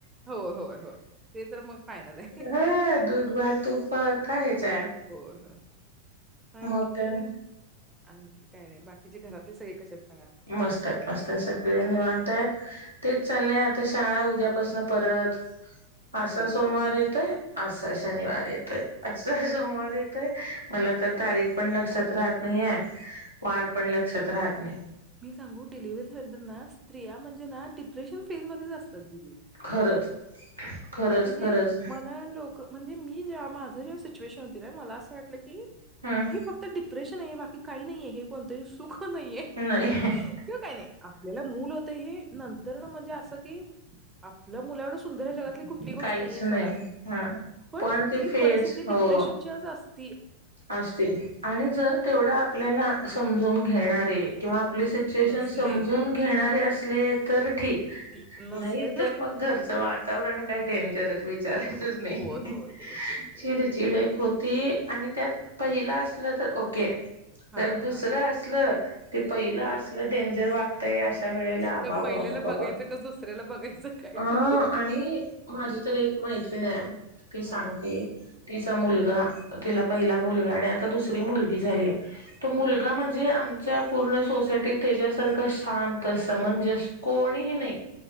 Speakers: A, on the right; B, on the right.
A: होय, होय, होय. ते तर मग फायनल आहे.
B: हा दूध वा तूपत आहेच आहे
A: होय, होय. आणखी
B: मग काय
A: आणखी काय नाही बाकीचे घरातले सगळे कसे आहेत सांगा?
B: मस्त आहेत मस्त आहे सगळे नि मानताय तेच चाललंय आता शाळा उद्यापासन परत असा
A: हो.
B: सोमवार येतय असा शनिवार येतोय असा सोमवार येतोय मला तर तारीख पण लक्षात राहत नाहीय वार पण लक्षात राहत नाही
A: मी सांगू डिलिव्हरी सेटर ना स्त्रिया म्हणजे ना डिप्रेशन फेज मध्येच असतात दि
B: खरंच खरंच
A: म्हणजे
B: खरंच
A: मला लोक म्हणजे मी माझ सु म अस वाट की
B: हम्
A: हे फक्त डिप्रेशन आहे बाकी काही नाहीे हे कोणत सुख हो नाहीे किंवा
B: नाही
A: काही नाही आपल्याला मूल होत हे नंतर ना म्हणजे असं कि मुला एवं सुंदर जगात ी गोष्ट
B: काहीच
A: नाहीये
B: नाही
A: सोडा
B: हा
A: पण
B: ते
A: ती
B: फेज
A: परिस्थिती
B: हो
A: डिप्रेशनची आज असते
B: असते आणि जर तेवढं आपल्याला समजून घेणारे किंवा आपली सिच्युएशन
A: कोण नसले
B: समजून घेणारे असले तर ठीक
A: दी नसले
B: नाही तर मग घरचं वातावरण काय डेंजरच विचारायचच
A: हो,
B: नाही
A: होय, होय, होय, होय, होय.
B: चिड चिडक होती आणि त्यात पहिलं
A: खूप
B: असलं तर ओके
A: हां,
B: तर दुसरं
A: हां.
B: असलं ते पहिलं असलं डेंजर वागतय अशा वेळेला अबाबा
A: त्या पहिल्याला
B: बाबा
A: बघायचं का दुसऱ्याला बघायचं काय
B: अं
A: करू?
B: आणि माझी तर एक मैत्री आहे ती सांगते
A: हां,
B: तिचा मुलगा तिला पहिला मुलगा आणि आता दुसरी मुलगी झालीय तो मुलगा
A: हं,
B: म्हणजे पूर्ण सोसायटीत त्याच्यासारखं शांत असत म्हणजेस कोणीही नाही